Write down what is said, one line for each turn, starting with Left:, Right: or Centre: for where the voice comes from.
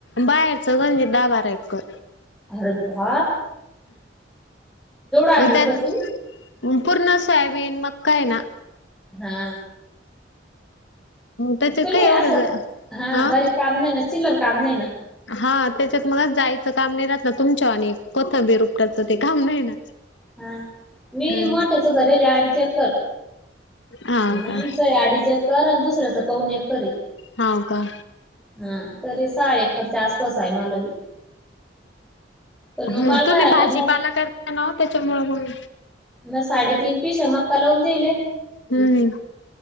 Left: बाहेरचं म्हणजे दहा बारा एकर
Centre: अरता हँडल
Left: मग त्यात
Centre: करती
Left: पूर्ण सोयाबीन मग काय ना
Centre: हा
Left: त्याच
Centre: तुले
Left: काय एवढंच
Centre: असं
Left: हा
Centre: बारीक काम नाही ना चिल्लर काम नाही ना
Left: हा त्याच्यात मगच जायचं काम नाही राहात ना तुमच्या आणि कोसं बेरुपटाचं ते काम नाही ना
Centre: हा मी
Left: हम्म
Centre: मोठ्याच भरेले आणिड चेक करू
Left: हाव
Centre: आमचं
Left: का
Centre: आडीच एकर आणि दुसऱ्याच पाऊन एकर आहे
Left: हाव का
Centre: हा तरी सहा एकरच्या आसपास आहे मला बी पण मग
Left: ह
Centre: मला काय
Left: तुम्ही
Centre: आलं
Left: भाजीपाला
Centre: म
Left: करता ना त्याच्यामुळ मग
Centre: म साडेतीन पिस आहे मका लावून देले
Left: हम्म